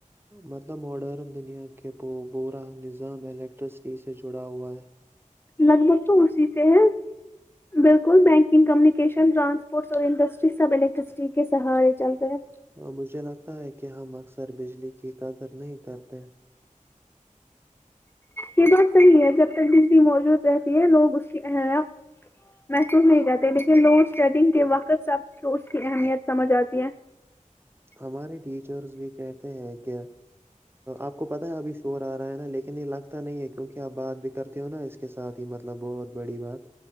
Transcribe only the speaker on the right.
مطلب ماڈرن دنیا کے بورا نظام الیکٹرسٹی سے جڑا ہوا ہے
اور مجھے لگتا ہے کہ ہم اکثر بجلی کی قدر نہیں کرتے
ہمارے ٹیچرس بھی کہتے ہیں کہ آپ کو پتاہ ہے ابھی شور آ رہا ہے نا لیکن یہ لگتا نہیں ہے کیونکہ آپ بات بھی کرتے ہو نا اس کے ساتھ ہی مطلب بہت بڑی بات